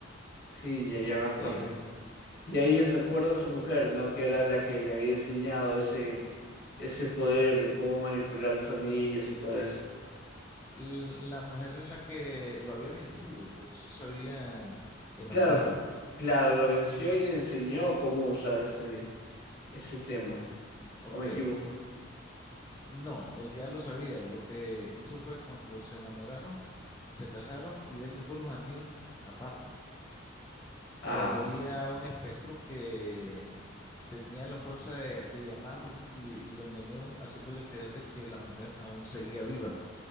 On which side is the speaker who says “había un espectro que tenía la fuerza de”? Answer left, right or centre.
Left